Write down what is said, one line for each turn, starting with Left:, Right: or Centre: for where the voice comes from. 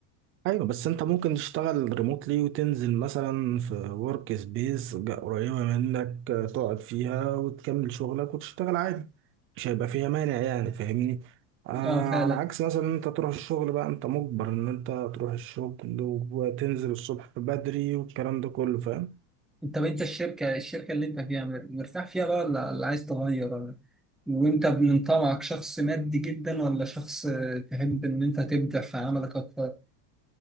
Right: ايوه بس انت ممكن تشتغل ريموتلي وتنزل مثلا في ورك سبيس قريبه منك آه، تقعد فيها وتكمل شغلك وتشتغل عادي مش هيبقى فيها مانع يعني فاهمني آه
Centre: اه فعلا
Right: على عكس مثلا انت تروح الشغل بقى انت مجبر ان انت تروح الشغل وتنزل الصبح بدري والكلام ده كله فاهم
Centre: طب انت الشركة الشركة اللي انت فيها مر- مرتاح فيها بقى ولا ولا عايز تغير ولا وانت من طبعك شخص مادي جدا ولا شخص تحب ان انت تبدع في عملك اكتر